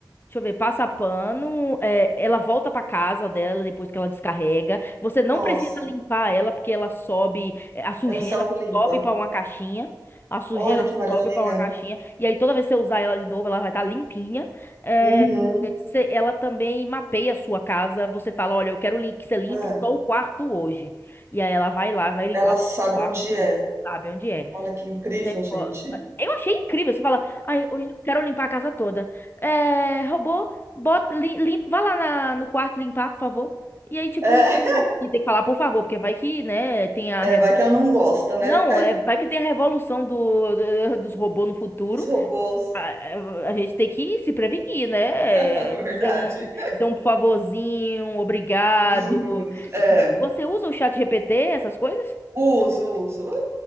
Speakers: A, on the left; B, on the right.
A: deixa eu ver, passa pano, é, ela volta pra casa dela depois que ela descarrega, você não
B: nossa,
A: precisa limpar ela, porque ela sobe, é, a sujeira
B: ela se autolimpa.
A: sobe pra uma caixinha, a sujeira
B: Olha que maravilha.
A: sobe pra uma caixinha, e aí toda vez que você usar ela de novo, ela vai estar limpinha, É,
B: Uhum.
A: Cê- Ela também mapeia a sua casa. Você fala, olha, eu quero lim- que você limpe
B: É,
A: só o quarto hoje. E aí ela vai lá, vai limpar
B: Ela sabe
A: só o quarto
B: onde é.
A: hoje, sabe onde é.
B: Olha que incrível, gente.
A: Ó, Eu achei incrível. Você fala, ai, hoje eu quero limpar a casa toda. É, robô, bota, lim, limpa, vai lá na- no quarto limpar, por favor. E aí, tipo,
B: É,
A: e tem que falar, por favor, porque vai que, né, tem a...
B: é,
A: reso-
B: vai que ela não gosta, né?
A: Não, é, vai que tem a revolução do, do- dos robôs no futuro.
B: Dos robôs,
A: A, a gente tem que se prevenir, né?
B: <laughs> na
A: É, Dizer
B: verdade.
A: um, dizer um por favorzinho, um obrigado.
B: Uhum. É,
A: Você usa o chat GPT, essas coisas?
B: uso, uso.